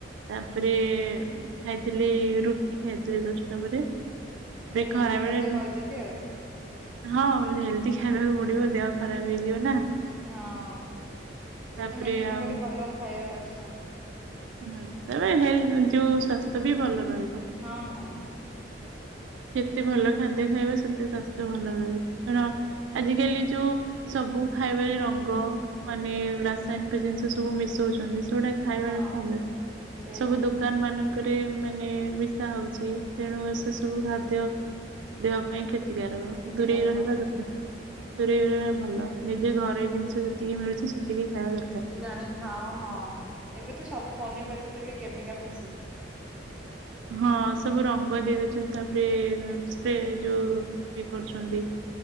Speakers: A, on the right; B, in the centre.
A: ତାପରେ ଖାଇଥିଲି ରୁଟି ଖାଇଥିଲି ଦଶଟା ପରେ। ଏବେ
B: ପୁରା ହେଲ୍ଦି
A: ଖରା ବେଳେ
B: ଖାଦ୍ୟ ଖାଉଛନ୍ତି ଆଉ।
A: ହଁ ହେଲ୍ଦି ଖାଇବାକୁ ପଡିବ ଦେହ ଖରାପ ହେଇଯିବ ନା।
B: ହଁ
A: ତାପରେ
B: ଯେତେ ମେଣ୍ଟେନ
A: ଆଉ
B: କରି ଭଲ ଖାଇବାର ଅଛି ନା।
A: ହୁଁ ତାପରେ ହେଲ ଯୋଉ ସ୍ୱାସ୍ଥ୍ୟ ବି ଭଲ ରହିବ।
B: ହଁ ହଁ।
A: ସେତେ ଭଲ ଖାଦ୍ୟ ଖାଇବ ସେତେ ସ୍ୱାସ୍ଥ୍ୟ ଭଲ ରହିବ ତାର ଆଜି କାଲି ଯୋଉ ସବୁ ଖାଇବାରେ ରଙ୍ଗ ମାନେ ରାସାୟନିକ ଜିନିଷ ସବୁ ମିଶଉଛନ୍ତି ସେଉଡା ଖାଇବାରେ
B: ହଁ।
A: କମ୍
B: ସେ
A: ସବୁ
B: ନୁହେଁ
A: ଦୋକାନ
B: କି
A: ମାନ ରେ ମାନେ ମିଶା ହଉଚି ତେଣୁ ସେ ସବୁ ଖାଦ୍ୟ ଦେହ ପାଇଁ କ୍ଷ ତିକାରକ
B: କ୍ଷତିକାରକ
A: ଦୂରେଇ ରହିବା
B: ହଁ
A: ଦର୍କାର୍। ଦୂରେଇ ରହିବା ଭଲ ନିଜେ ଘରେୋଇ ଜିନ୍ଷ ଯେତିକି ମିଳୁଛି ସେ ତିକି ଖାଇବା ଦ
B: ସେ ଜଣି ଖାଅ ହଁ ଏବେ ତ ସବୁ ପନିପରିବାରେ ବି କେମିକାଲ୍ ମିଶି
A: ହଁ ସବୁ ରଙ୍ଗ ଦେଇଦଉଚନ୍ତି ତାପ୍ରେ ସ୍ପ୍ରେ ଯୋଉ ଇଏ କରୁଛନ୍ତି।